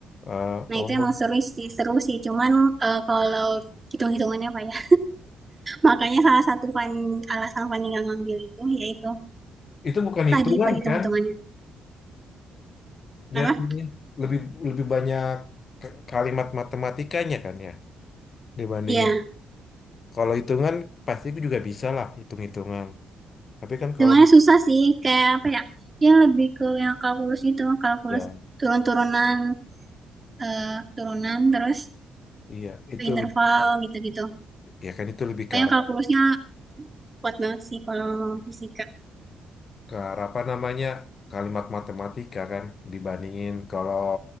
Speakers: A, on the left; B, on the right.
A: Eh,
B: Nah,
A: oh
B: itu emang seru sih, seru sih. Cuman eh, kalau hitung-hitungannya apa ya? Makanya salah satu fan- alasan Fanny nggak ngambil itu yaitu
A: itu bukan
B: susah
A: hitungan
B: di perhitung-hitungannya.
A: kan
B: Kenapa?
A: Jatuhnya lebih lebih banyak k- kalimat matematikanya kan ya dibandingin.
B: Iya,
A: Kalau hitungan pasti gue juga bisa lah hitung-hitungan. Tapi kan
B: hitungannya
A: kalau
B: susah sih. Kayak apa ya? Dia lebih ke yang kalkulus gitu, kalkulus
A: ya
B: turun-turunan, eh, turunan terus
A: iya itu
B: ke interval gitu-gitu.
A: ya kan itu lebih
B: Pokoknya
A: ke arah,
B: kalkulusnya kuat banget sih kalau fisika.
A: ke arah apa namanya kalimat matematika kan dibandingin kalau